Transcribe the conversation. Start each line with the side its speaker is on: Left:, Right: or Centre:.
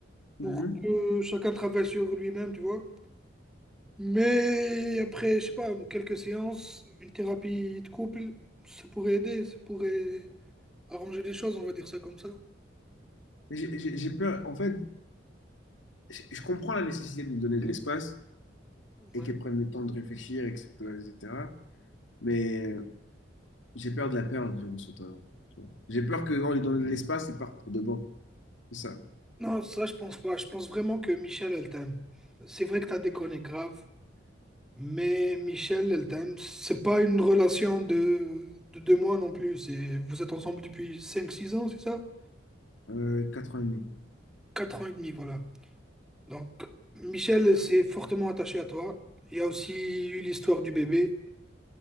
Left: Mhm.
Centre: pour que chacun travaille sur lui-même, tu vois. Mais après, je sais pas, quelques séances, une thérapie de couple, ça pourrait aider, ça pourrait arranger les choses, on va dire ça comme ça.
Left: j'ai j'ai- j'ai peur. En fait, je je comprends la nécessité de lui donner de l'espace et
Centre: Ouais.
Left: qu'elle prenne le temps de réfléchir, etc., etc. Mais euh, j'ai peur de la perdre durant son temps. tu vois. J'ai peur qu'en lui donnant de l'espace, il parte pour de bon. C'est ça.
Centre: Non, ça, je pense pas. Je pense vraiment que Michel, elle t'aime. C'est vrai que t'as déconné grave, mais Michel, elle t'aime. C'est pas une relation de, de deux mois non plus. C'est, vous êtes ensemble depuis cinq, six ans, c'est ça?
Left: Euh, 4 ans et demi.
Centre: 4 ans et demi, voilà. Donc, Michel s'est fortement attaché à toi. Il y a aussi eu l'histoire du bébé.